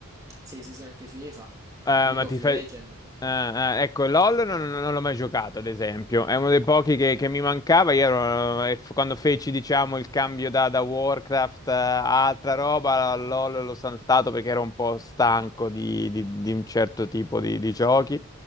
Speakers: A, on the right; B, on the left.
A: Sì, sì, sì, anche FIFA,
B: Eh,
A: League
B: ma ti
A: of Legends.
B: fai... eh, eh, ecco, LOL non, non- non l'ho mai giocato, ad esempio. È uno dei pochi che, che mi mancava. Io ero- e f- quando feci, diciamo, il cambio da, da Warcraft eh, a altra roba, LOL l'ho saltato perché ero un po' stanco di, di- di un certo tipo di, di giochi.